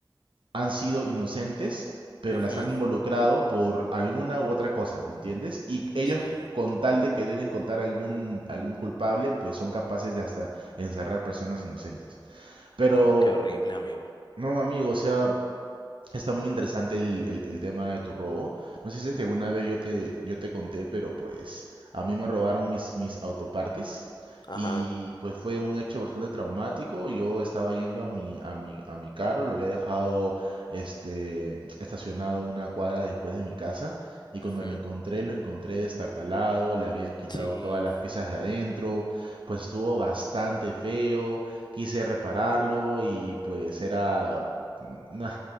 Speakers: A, on the right; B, on the left.
A: han sido inocentes, pero
B: Ujú,
A: las han involucrado por alguna u otra cosa, ¿me entiendes? Y ellos,
B: sí.
A: con tal de que querer encontrar algún, algún culpable, pues son capaces de hasta encerrar personas inocentes. Pero,
B: No, qué horrible, amigo.
A: no, amigo, o sea, Está muy interesante el, el- el tema de tu robo. No sé si es que alguna vez yo te, yo te conté, pero pues a mí me robaron mis, mis autopartes
B: Ajá.
A: y pues fue un hecho bastante traumático. Yo estaba yendo a mi, a mi, a mi carro, lo había dejado este, estacionado una cuadra después de mi casa y cuando
B: Ujú,
A: lo encontré, lo encontré destartalado, le habían quitado
B: Sí,
A: todas las piezas de adentro, pues estuvo bastante feo, quise repararlo y pues era... mm, Nah,